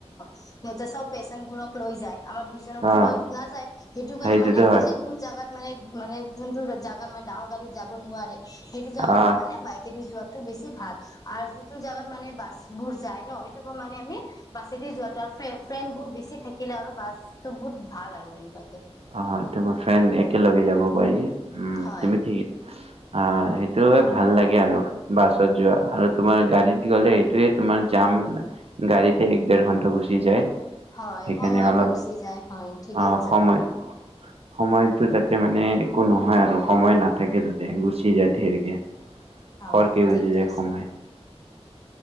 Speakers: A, on the left (about 35°); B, on the right (about 65°).
A: সিহঁতে চব পেচেন্ বোৰক লৈ যায় আমাৰ দুইজনকতো
B: অ',
A: লৈ নাযায় সেইটো কাৰণে
B: সেইটোতো
A: মানে বেছি
B: হয়।
A: দূৰ জাগাত মানে মানে যোনটোৰ জাগাৰ ম ডাঙৰ গাড়ীত যাব নোৱাৰে, সেইটো জেগাত
B: আহ
A: আমি মানে বাইক যোৱাটো বেছি ভাল আৰু যিটো জেগাত মানে বাছবোৰ যায় ন সেইটো খ মানে আমি বা যদি যোৱাাতটো আৰু ফে ফ্ৰেন্ড বহু বেছি থাকিলে আৰু বাছটো বহুত ভাল আৰু এনেকুৱাকে
B: হ হয় তোমাৰ ফ্ৰেন্ড একেলগে যাব পাৰি। উম
A: হয়,
B: তুমি ঠিকেই অ সেইটোৱে ভাল লাগে আৰু বাছত যোৱা আৰু তোমাৰ গাড়ীত গ'লে সেইটোয়ে তোমাৰ যাম, গাড়ীতে এক ডেৰ ঘণ্টা গুচি যায়।
A: হয়,
B: সেইকাৰণে
A: সময়তো
B: অলপ
A: গুচি যায় হয়, ঠিকে
B: অ',
A: কৈছা
B: সময়
A: তুমি।
B: সময়টো তাতে মানে একো নহয় আৰু সময় নাথাকে তাতে গুচি যায় ধেৰিকে
A: হয়
B: খৰকে
A: ঠিকে
B: গুচি যায়
A: কৈছা
B: সময়।